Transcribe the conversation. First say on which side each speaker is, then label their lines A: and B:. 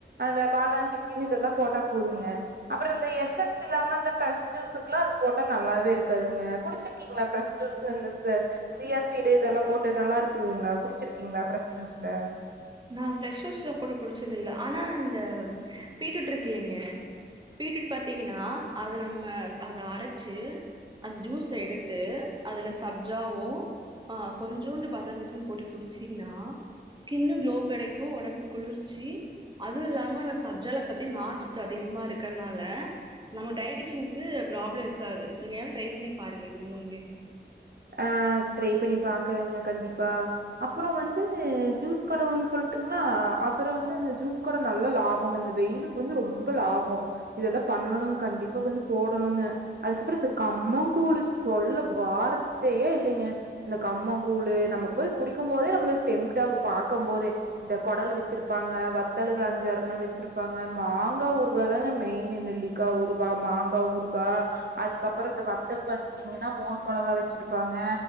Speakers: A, on the right; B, on the right.
A: அந்த பாதாம் பிசினு இதெல்லா போட்டா போதுங்க அப்ற இந்த எஸ்சென்சு இல்லாம இந்த ப்ரெஷ் ஜூ ஸுக்லா அது போட்டா நல்லாவே இருக்காதுங்க குடிச்சிருக்கீங்ளா ப்ரெஷ் ஜூஸ்ல இந்த ச சியா சீடு இதெல்லா போட்டு நல்லாருக்குதுங்ளா குடிச்சிருக்கீங்ளா ஃப்ரெஷ் ஜூஸ்ல
B: நா ஃப்ரெஷ் ஜூஸ்ல போட்டு குடிச்சதில்ல ஆனா இந்த பீட்ரூட்ருக்குல்லிங்க பீட்ரூட் பாத்தீங்கனா அத நம்ம அத அரைச்சு அந்த ஜூஸ்ஸ எடுத்து அதல சப்ஜாவு ஆ கொஞ்சூண்டு பாதாம் பிசின் போட்டு குடிச்சீங்ன்னா ஸ்கின்னு குளோ கெடைக்கு ஒடம்புக்கு குளிர்ச்சி அது இல்லாம அந்த சப்ஜால பாத்தி நார்ச்சத்து அதிகமாருக்க னால நம்ம டைஷனுக்கு ப்ராப்ள இருக்காது நீங்கவென ட்ரை பண்ணி பாருங்க இது மூணுமே
A: அ ட்ரை பண்ணி பாக்குறேங்க கண்டிப்பா அப்றோ வந்து ஜூஸ் கட ஒன்னு சொல்ட்டுங்களா அப்றோம் வந்து அந்த ஜூஸ் கட நல்ல லாபங்க இந்த வெயிலுக்கு வந்து ரொம்ப லாப மோ இதெல்லா பண்ணணு கண்டிப்பா வந்து போடணும்ங்க அதுக்கப்புற இந்த கம்பங் கூழ் சொல்ல வாரத் த்தையே இல்லங்க இந்த கம்ப கூழு நம்ம போய் குடிக்கு போதே நம்மளுக்கு டெம்டாகு பாக்கு போதே இந்த கொடல் வச்சிருப்பாங்க வத்தலு அஞ்சறுண வச்சிருப்பாங்க மாங்கா ஊருகா தாங்க மெயின் என் நெலிக்கா உருகா மாங்கா உருகா அதுக்கப்பற இந்த வத்தல் பாத்திங்கன்னா மோர் மிளகா வச்ச ப்பாங்க